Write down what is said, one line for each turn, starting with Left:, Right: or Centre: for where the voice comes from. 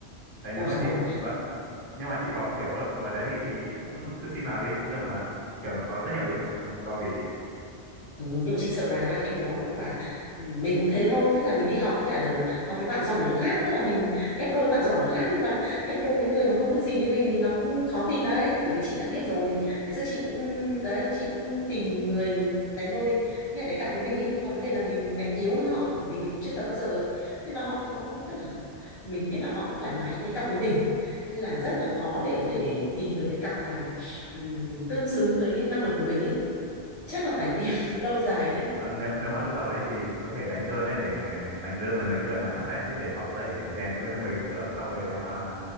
Right: đấy nếu
Left: Ôi
Right: mà
Left: rồi.
Right: chị có vâng nhưng mà chị có kiểu câu lạc bộ ở đấy thì chị cũng cứ xin vào đi cũng được mà kiểu nó có rất nhiều đối tượng lo gì chị
Left: Ừ, nhưng mà chị sợ là em hiểu không tức là mình cũng thế thôi tức là mình đi học với cả học với bạn giỏi nó khác tức là mình ghép đôi bạn giỏi nó khác nhưng mà ghép đôi với người mà không biết gì như mình thì nó cũng khó tìm đấy bởi vì chị đã biết rồi ngày xưa chị cũng đấy chị cũng tìm người đánh đôi nghĩa là đánh cặp với mình ấy nhưng mà vấn đề là mình đánh yếu hơn họ bởi vì mình cũng chưa tập bao giờ ấy nên là họ có tức là mình biết là họ không thoải mái khi đánh cặp với mình nên là rất là khó để có thể tìm được cái cặp mà ừm, tương xứng với năng lực của mình ấy chắc là phải tìm <laughs> lâu dài đấy
Right: Vâng, nếu nếu mà lúc đầu ấy thì chị có thể đánh đơn ấy để đánh đơn với mấy người mà chắc tay một chút để họ có thể rèn luôn cho mình cũng được. Xong rồi nếu mà